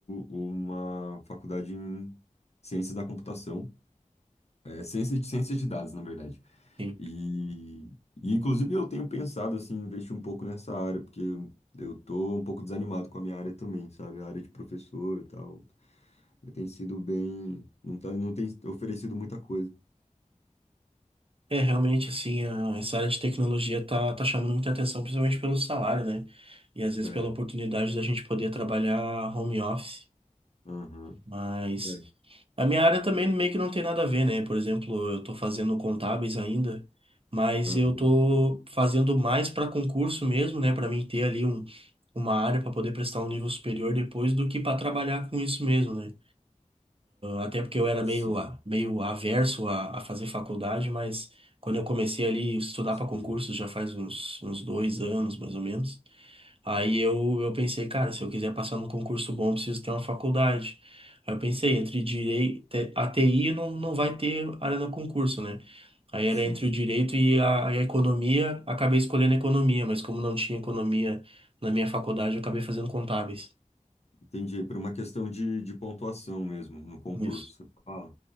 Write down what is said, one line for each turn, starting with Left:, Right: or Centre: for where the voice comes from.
Left: uma faculdade em ciência da computação, é, ciência de ciência de dados, na verdade.
Right: Sim.
Left: E, e inclusive eu tenho pensado assim, em investir um pouco nessa área, porque eu tô um pouco desanimado com a minha área também, sabe? A área de professor e tal. Tem sido bem. Não tá, não tem oferecido muita coisa.
Right: É, realmente, assim, a- essa área de tecnologia tá, tá chamando muita atenção, principalmente pelo salário, né? E às vezes
Left: É,
Right: pela oportunidade da gente poder trabalhar home office.
Left: aham,
Right: Mas
Left: é,
Right: a minha área também meio que não tem nada a ver, né? Por exemplo, eu tô fazendo contábeis ainda, mas
Left: aham,
Right: eu tô fazendo mais para concurso mesmo, né? Para mim ter ali um, uma área para poder prestar um nível superior depois do que para trabalhar com isso mesmo, né? Até porque eu era
Left: sim,
Right: meio, a- meio averso a, a fazer faculdade, mas quando eu comecei ali a estudar
Left: sim,
Right: para concurso, já faz uns, uns dois anos, mais ou menos, aí eu, eu pensei, cara, se eu quiser passar num concurso bom, eu preciso ter uma faculdade. Aí eu pensei, entre direito, a TI não, não vai ter área no concurso, né? Aí
Left: sim.
Right: era entre o direito e a, e a economia, acabei escolhendo economia, mas como não tinha economia na minha faculdade, eu acabei fazendo contábeis.
Left: Entendi, por uma questão de, de pontuação mesmo no concurso.
Right: Isso.
Left: Ah.